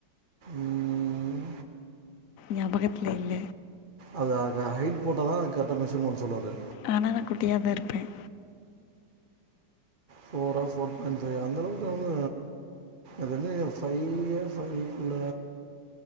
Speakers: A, on the right (about 35°); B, on the left (about 60°).
A: ம்,
B: ஞாபகத்துல இல்ல
A: அத அத கைய்போட் தான் கெட்ட மெசு மெசுனு
B: ஆனா நான் குட்டியாாதான் இருப்பேன்
A: போஃபரா ஃபோர் பாயிண்ட் ஃபைவ அந்தளவுக்கு அவங்க அதுந்து ஃபைவ ஃவக்குள்ள